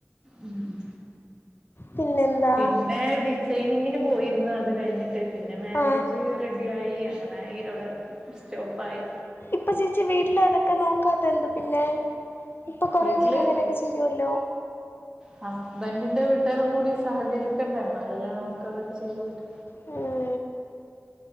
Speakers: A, on the right (about 15°); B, on the left (about 50°).
A: ഉം ഉം
B: പിന്നെന്താ
A: പിന്നേ ഡിസൈനിങ്ങിന് പോയിരുന്നു അത് കഴിഞ്ഞിട്ട് ട്ട് പിന്നെ മാരേജ്
B: ആ
A: റെഡി ആയി അങ്ങനായി അവടെ സ്റ്റോപ്പായി
B: ഇപ്പൊ ചേച്ചി വീട്ടില് അതൊക്കെ നോക്കാത്തെന്ത പിന്നേ ഇപ്പൊ കൊറേ
A: വീട്ടില്
B: പേര് അങ്ങനെക്കെ ചെയ്യുല്ലോ
A: ഹസ്ബൻഡിന്റെ വീട്ടാരും കൂടി സഹകരിക്കണ്ടേ എന്നാലല്ലേ നമുക്കതൊക്കെ ചെയ്യാൻ പറ്റും
B: ഉം